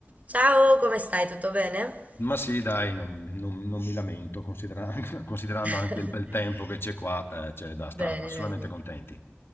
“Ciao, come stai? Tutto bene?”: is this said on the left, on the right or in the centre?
Right